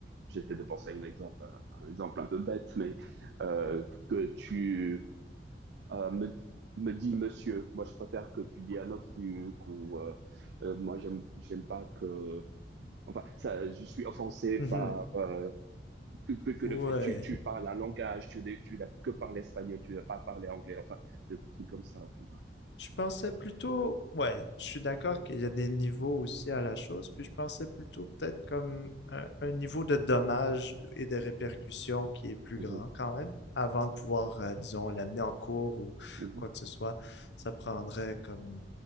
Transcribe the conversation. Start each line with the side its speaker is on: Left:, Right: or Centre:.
Right: j'essaie de penser à un exemple, hein, un exemple un peu bête, mais euh, que tu euh, me, me dis monsieur. Moi, je préfère que tu dis un autre truc ou euh, euh, moi, j'aime, j'aime pas que, enfin, ça, je suis offensé
Left: Mhm.
Right: par euh, que, que que
Left: Ouais.
Right: le tu, tu parles un langage, tu, n'as- tu n'as que parlé espagnol, tu n'as pas parlé anglais, enfin, des trucs comme ça, tu vois.
Left: Je pensais plutôt. Ouais, je suis d'accord qu'il y a des niveaux aussi à la chose. Puis je pensais plutôt peut-être comme un, un niveau de dommages et de répercussions qui est plus
Right: Mhm,
Left: grand quand même. Avant de pouvoir, euh, disons, l'amener en cours ou
Right: mhm.
Left: quoi que ce soit, ça prendrait comme.